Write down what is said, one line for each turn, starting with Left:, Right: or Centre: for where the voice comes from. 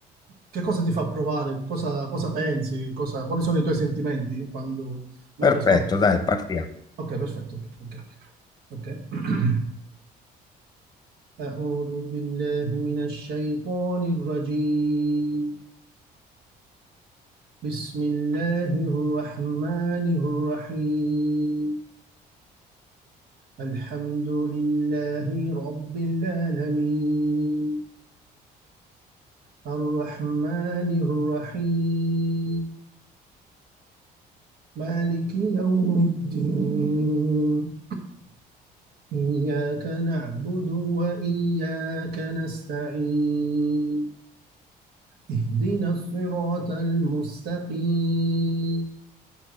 Right: che cosa ti fa provare, cosa, cosa pensi, cosa- quali sono i tuoi sentimenti quando, mentre
Left: perfetto,
Right: ascolti.
Left: dai, partiamo.
Right: Ok, perfetto, ok, ok. ok. <clears throat> أعوذ بالله من الشيطان الرجيم بسم الله الرحمن الرحيم الحمد لله رب العالمين الرحمن الرحيم مالك يوم الدين إياك نعبد وإياك نستعين اهدنا الصراط المستقيم